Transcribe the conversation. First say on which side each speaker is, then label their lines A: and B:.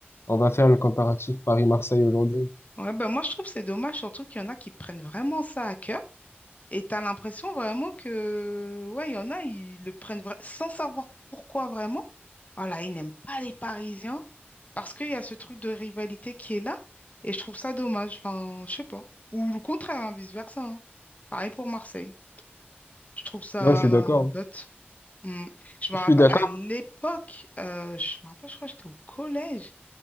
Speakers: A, on the left (about 80°); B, on the left (about 40°).
A: on va faire le comparatif Paris-Marseille aujourd'hui.
B: ouais, ben moi je trouve que c'est dommage, surtout qu'il y en a qui prennent vraiment ça à cœur. Et t'as l'impression vraiment que, ouais, il y en a, ils le prennent vra- sans savoir pourquoi vraiment. Voilà, ils n'aiment pas les Parisiens parce qu'il y a ce truc de rivalité qui est là. Et je trouve ça dommage. Enfin, je sais pas. Ou le contraire, hein, vice-versa. hein. Pareil pour Marseille. Je trouve ça
A: Non, je suis d'accord.
B: bête.
A: hein.
B: Mm. Je me
A: Je
B: rappelle
A: suis d'accord.
B: à l'époque, euh, je me rappelle, je crois que j'étais au collège.